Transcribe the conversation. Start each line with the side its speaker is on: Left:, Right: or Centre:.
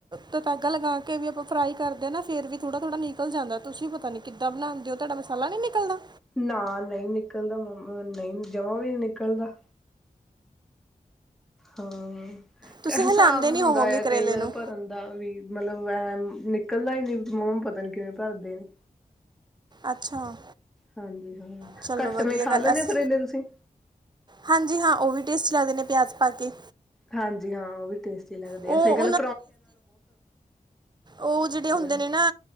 Right: ਤੇ ਤਾਗਾ ਲਗਾ ਕੇ ਵੀ ਆਪਾਂ ਫ੍ਰਾਈ ਕਾਰਦੇ ਆ ਨਾ ਫੇਰ ਵੀ ਥੋੜਾ-ਥੋੜਾ ਨੀਕ ਨਿਕਲ ਜਾਂਦਾ ਤੁਸੀਂ ਪਤਾ ਨਈ ਕਿੱਦਾਂ ਬਨਾਂਦੇ ਓ, ਤੁਆਡਾ ਮਸਾਲਾ ਨੀ ਨਿਕਲਦਾ?
Centre: ਨਾ, ਨਈ ਨਿਕਲਦਾ ਮੰਮ ਨਈ ਜਮਾ ਵੀ ਨ ਨਿਕਲਦਾ। ਹਾਂ,
Right: ਤੁਸੀਂ
Centre: ਐ ਹਸਾਬ
Right: ਹਿਲਾਉਂਦੇ
Centre: ਹੁੰਦਾ
Right: ਨਹੀਂ ਹੋਵੋਗੇ
Centre: ਯਾ
Right: ਕਰੇਲੇ
Centre: ਕਈ ਵਾਰ
Right: ਨੂੰ
Centre: ਭਰਨ ਦਾ ਵੀ। ਮਲਬ ਐ ਨਿਕਲਦਾ ਈ ਨੀ ਮੰਮ਼ ਪਤਾ ਨ ਕਿਵੇਂ ਭਾਰਦੇ ਨੇ।
Right: ਅੱਛਾ
Centre: ਹਾਂਜੀ ਹਾਂ,
Right: ਚਲੋ
Centre: ਕੱਟ
Right: ਵਧੀਆ
Centre: ਮਂ ਖਾ
Right: ਗੱਲ
Centre: ਲੈਂਦੇ
Right: ਅਸ
Centre: ਓ ਕਰੇਲੇ ਤੁਸੀਂ?
Right: ਹਾਂਜੀ ਹਾਂ, ਉਹ ਵੀ ਟੇਸਟੀ ਲੱਗਦੇ ਨੇ ਪਿਆਜ਼ ਪਾ ਕੇ।
Centre: ਹਾਂਜੀ ਹਾਂ, ਓਵੀ ਟੇਸਟੀ ਲਾਗਦੇ
Right: ਉਹ
Centre: ਸਹੀ ਗਾਲ ਆ
Right: ਓ ਜੇੜੇਓ ਹੁੰਦੇ
Centre: ਉਹ
Right: ਨੇ ਨਾ